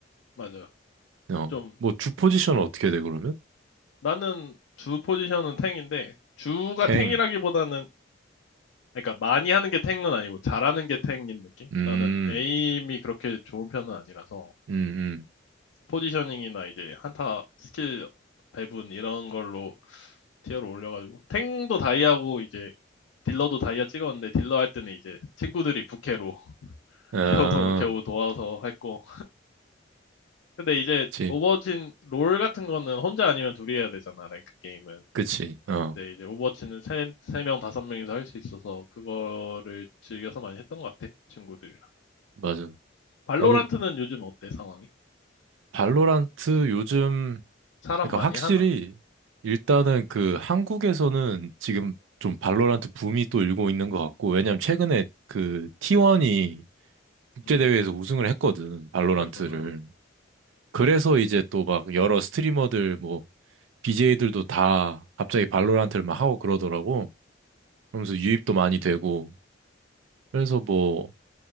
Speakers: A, on the left (about 85°); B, on the right (about 80°).
A: 맞아.
B: 어,
A: 좀,
B: 뭐 주 포지션은 어떻게 돼, 그러면?
A: 나는 주 포지션은 탱인데, 주가
B: 탱.
A: 탱이라기보다는, 그러니까 많이 하는 게 탱은 아니고, 잘하는 게 탱인 느낌?
B: 음,
A: 나는 에임이 그렇게 좋은 편은 아니라서.
B: 음,
A: 포지셔닝이나 이제 한타 스킬 배분 이런 걸로 티어를 올려가지고 탱도 다이아고 이제 딜러도 다이아 찍었는데 딜러 할 때는 이제 친구들이 부캐로 <laughs>
B: 음. 아,
A: 겨우 겨우 도와서 했고 근데 이제
B: 그치,
A: 오버워치 롤 같은 거는 혼자 아니면 둘이 해야 되잖아 랭크 게임은
B: 그치. 어,
A: 근데 이제 오버워치는 세, 세 명, 다섯 명이서 할 수 있어서 그거를 즐겨서 많이 했던 것 같아 친구들이랑
B: 맞아.
A: 발로란트는
B: 나도
A: 요즘 어때 상황이?
B: 발로란트 요즘,
A: 사람
B: 그러니까
A: 많이
B: 확실히
A: 하나?
B: 일단은 그 한국에서는 지금 좀 발로란트 붐이 또 일고 있는 것 같고, 왜냐면 최근에 그 T1이 국제대회에서
A: 음
B: 우승을 했거든, 발로란트를.
A: 그랬구나
B: 그래서 이제 또 막 여러 스트리머들 뭐 BJ들도 다 갑자기 발로란트를 막 하고 그러더라고. 그러면서 유입도 많이 되고. 그래서 뭐